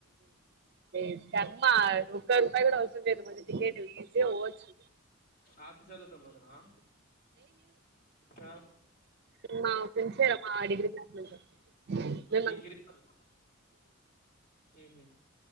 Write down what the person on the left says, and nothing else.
ఆఫీస్ వెళతాన్ని పోతున్నావా కా
డిగ్రీ
వోళ్ళు ఉహు